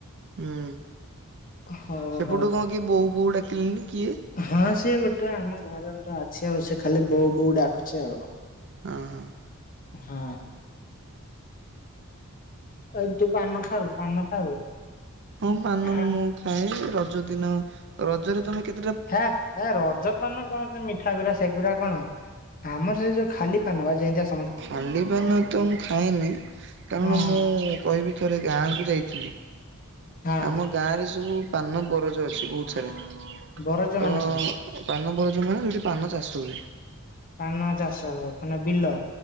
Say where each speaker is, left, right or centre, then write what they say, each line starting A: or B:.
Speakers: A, on the right; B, on the left.
A: ହୁଁ
B: ହଉ
A: ସେପଟୁ
B: ହଉ
A: କଣ କିଏ ବୋଉ ବୋଉ ଡାକିଲେଣିି କିଏ।
B: ହଁ ସିଏ ଗୋଟେ ଆମ ଘରେ ଗୋଟେ ଅଛି। ଆଉ ସେ ଖାଲି ବୋଉ ବୋଉ ଡାକୁଛି ଆଉ।
A: ହଁ ହଁ।
B: ହଁ। ଆଉ ତୁ ପାନ ଖାଉ ପାନ ଖାଉ?
A: ହଁ ପାନ
B: ଆଁ
A: ମୁଁ ଖାଏ, ରଜ ଦିନ ରଜରେ ତମେ କେତେ
B: ହେ ଏ ରଜ ପାନ କଣ ସେ ମିଠା ଗୁରା ସେଗୁରା କଣ। ଆମର ସେ ଯୋଉ ଖାଲି ପାନ ବା ଯେମତିଆ।
A: ଖାଲି ପାନ ତ ମୁଁ ଖାଇନି, କାରଣ
B: ହଁ
A: ମୁଁ
B: ହଁ
A: କହିବି ଥରେ ଗାଁ କୁ ଯାଇ ଥିଲି,
B: ହଁ
A: ଆମ ଗାଁ ରେ ସବୁ ପାନ ବରଜ ଅଛି ବହୁତ ସାରା।
B: ବରଜ
A: ତ
B: ମାନେ କଣ?
A: ପାନ ବରଜ ମାନେ ସେଠି ପାନ ଚାଷ ହୁଏ
B: ପାନ ଚାଷ ହୁଏ ମାନେ ବିଲ।